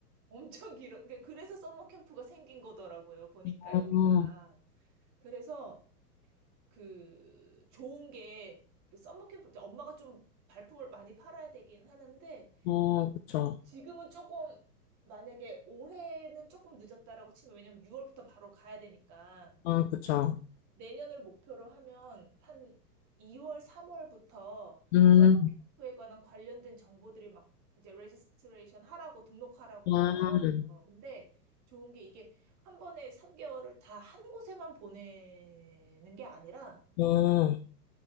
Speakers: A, on the right; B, on the left.
A: 엄청 길어. 그러니까 그래서 썸머 캠프가 생긴 거더라고요. 보니까
B: <laughs>
A: 여기가. 그래서 그 좋은 게그 썸머 캠프 이제 엄마가 좀 발품을 많이 팔아야 되긴 하는데
B: 어, 어, 그쵸.
A: 지금은 조금 만약에 올해는 조금 늦었다라고 치면 왜냐면 6월부터 바로 가야 되니까
B: 아, 그쵸.
A: 내년을 목표로 하면 한 2월, 3월부터
B: 음,
A: 썸머 캠프에 관한 관련된 정보들이 막 이제 레지스트레이션 하라고 등록하라고
B: 아,
A: 막 나와요. 근데 좋은 게 이게 한 번에 3개월을 다 한 곳에만 보내는 게 아니라
B: 어,